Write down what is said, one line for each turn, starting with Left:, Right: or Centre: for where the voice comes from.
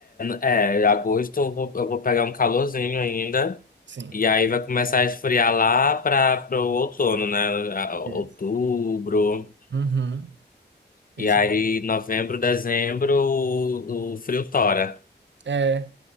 Left: é, é, agosto eu vou, eu vou pegar um calorzinho ainda.
Right: Sim.
Left: E aí vai começar a esfriar lá para o outono, né? A- Outubro.
Right: Isso. Uhum. Isso.
Left: E aí, novembro, dezembro, o, o frio tora.
Right: É.